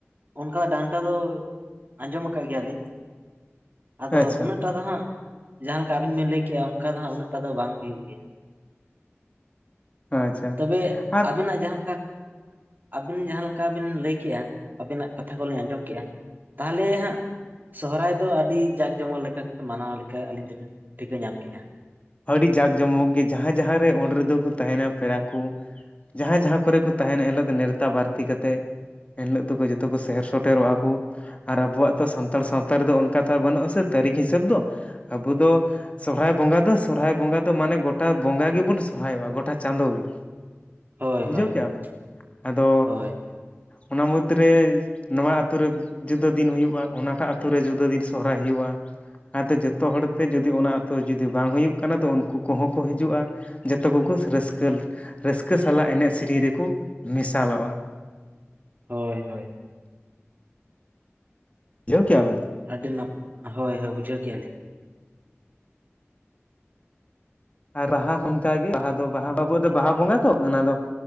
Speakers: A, on the right; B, on the left.
A: ᱚᱱᱠᱟ ᱰᱟᱱᱴᱟ ᱫᱚ ᱟᱸᱡᱚᱢ ᱟᱠᱟᱫ ᱜᱮᱭᱟ ᱞᱤᱧ᱾ ᱟᱫᱚ
B: ᱟᱪᱪᱷᱟ
A: ᱩᱱᱟᱹᱜ ᱴᱟ ᱫᱚ ᱦᱟᱸᱜ ᱡᱟᱦᱟᱸ ᱞᱮᱠᱟ ᱟᱵᱤᱱ ᱵᱤᱱ ᱞᱟᱹᱭ ᱠᱮᱜ-ᱟ ᱚᱱᱠᱟ ᱫᱚ ᱦᱟᱜ ᱩᱱᱟᱹᱜ ᱴᱟᱜ ᱫᱚ ᱦᱟᱜ ᱵᱟᱝ ᱦᱩᱭᱩᱜ ᱜᱮᱭᱟ᱾
B: ᱟᱪᱪᱷᱟ
A: ᱛᱚᱵᱮ
B: ᱟᱫ ᱾
A: ᱟᱵᱤᱱᱟᱜ ᱡᱟᱦᱟᱸᱠᱟᱛ ᱟᱹᱵᱤᱱ ᱡᱟᱦᱟᱸ ᱞᱮᱠᱟ ᱵᱤᱱ ᱞᱟᱹᱭ ᱠᱮᱜᱼᱟ ᱟᱹᱵᱤᱱᱟᱜ ᱠᱟᱛᱷᱟ ᱠᱚᱞᱤᱧ ᱟᱸᱡᱚᱢ ᱠᱮᱜᱼᱟ᱾ ᱛᱟᱦᱚᱞᱮ ᱦᱟᱸᱜ ᱾ ᱥᱚᱦᱚᱨᱟᱭ ᱫᱚ ᱟᱹᱰᱤ ᱡᱟᱸᱠ ᱡᱚᱢᱚᱠ ᱞᱮᱠᱟ ᱢᱟᱱᱟᱣ ᱞᱮ ᱞᱮᱠᱟᱱ ᱟᱹᱞᱤᱧ ᱫᱚᱞᱤᱧ ᱴᱷᱤᱠᱟᱹ ᱧᱟᱢ ᱠᱮᱫᱮᱜᱼᱟ᱾
B: ᱟᱹᱰᱤ ᱡᱟᱠ ᱡᱚᱢᱚᱠ ᱜᱮ ᱡᱟᱦᱟᱸᱭ ᱡᱟᱦᱟᱸ ᱨᱮ ᱚᱸ ᱨᱮᱫᱚ ᱠᱚ ᱛᱟᱦᱮᱱᱟ ᱯᱮᱲᱟ ᱠᱚ ᱾ ᱡᱟᱦᱟᱸ ᱡᱟᱦᱟᱸ ᱠᱚᱨᱮ ᱠᱚ ᱛᱟᱦᱮᱱᱟ ᱮᱱᱦᱤᱞᱳᱜ ᱫᱚ ᱱᱮᱶᱛᱟ ᱵᱟᱹᱲᱛᱤ ᱠᱟᱛᱮ ᱾ ᱮᱱᱦᱤᱞᱳᱜ ᱫᱚᱠᱚ ᱡᱚᱛᱚ ᱠᱚ ᱥᱮᱦᱮᱨ ᱥᱴᱮᱨᱚᱜᱼᱟ ᱠᱚ ᱾ ᱟᱨ ᱟᱵᱚᱣᱟᱜ ᱫᱚ ᱥᱟᱱᱛᱟᱲ ᱥᱟᱶᱛᱟ ᱨᱮᱫᱚ ᱚᱱᱠᱟ ᱛᱚ ᱟᱨ ᱵᱟᱹᱱᱩᱜ ᱟᱥᱮ ᱛᱟᱹᱨᱤᱠᱷ ᱦᱤᱥᱟᱹᱵ ᱫᱚ ᱾ ᱟᱵᱚ ᱫᱚ ᱥᱚᱦᱚᱨᱟᱭ ᱵᱚᱸᱜᱟ ᱫᱚᱼᱼ ᱥᱚᱨᱦᱟᱭ ᱵᱚᱸᱜᱟ ᱫᱚ ᱢᱟᱱᱮ ᱜᱚᱴᱟ ᱵᱚᱸᱜᱟ ᱜᱮᱵᱚᱱ ᱥᱚᱨᱦᱟᱭᱚᱜᱼᱟ ᱜᱚᱴᱟ ᱪᱟᱸᱫᱳ ᱜᱮ ᱾
A: ᱦᱳᱭ
B: ᱵᱩᱡᱷᱟᱹᱣ
A: ᱦᱳᱭ
B: ᱠᱮᱜᱼᱟᱢ
A: ᱦᱳᱭ
B: ᱟᱫᱚ᱾
A: ᱦᱳᱭ
B: ᱚᱱᱟ ᱢᱩᱫᱽᱨᱮ ᱱᱚᱣᱟ ᱟᱛᱳᱨᱮ ᱾ ᱡᱩᱫᱟᱹ ᱫᱤᱱ ᱦᱩᱭᱩᱜᱼᱟ ᱚᱱᱟᱴᱟᱜ ᱟᱛᱳ ᱨᱮ ᱡᱩᱫᱟᱹ ᱫᱤᱱ ᱥᱚᱦᱚᱨᱟᱭ ᱦᱩᱭᱩᱜᱼᱟ ᱾ ᱟᱫᱚ ᱡᱚᱛᱚ ᱦᱚᱲ ᱛᱮ ᱡᱩᱫᱤ ᱚᱱᱟ ᱟᱹᱛᱩ ᱡᱩᱫᱤ ᱵᱟᱝ ᱦᱩᱭᱩᱜ ᱾ ᱠᱟᱱᱟ ᱫᱚ ᱩᱱᱠᱩ ᱠᱚᱦᱚᱸ ᱠᱚ ᱦᱤᱡᱩᱜᱼᱟ ᱡᱚᱛᱚ ᱠᱚᱠᱩ ᱨᱟᱹᱥᱠᱟᱹ᱾ ᱨᱟᱹᱥᱠᱟᱹ ᱥᱟᱞᱟᱜ ᱮᱱᱮᱡ ᱥᱮᱨᱮᱧ ᱨᱮᱠᱚ ᱢᱮᱥᱟᱞᱚᱜᱼᱟ ᱾
A: ᱦᱳᱭ ᱦᱳᱭ ᱾
B: ᱵᱩᱡᱷᱟᱹᱣ ᱠᱮᱜ-ᱟ ᱵᱮᱱ?
A: ᱟᱹᱰᱤ ᱱᱟᱯ ᱦᱳᱭ ᱦᱳᱭ ᱵᱩᱡᱷᱟᱹᱣ ᱠᱮᱫᱼᱟ ᱞᱤᱧ᱾
B: ᱟᱨ ᱨᱟᱦᱟ ᱦᱚᱸ ᱚᱱᱠᱟ ᱜᱮ ᱵᱟᱦᱟ ᱫᱚ ᱵᱟᱦᱟ ᱚᱵᱩ ᱫᱚ ᱵᱟᱦᱟ ᱵᱚᱸᱜᱟ ᱛᱚ ᱚᱱᱟ ᱫᱚ ᱾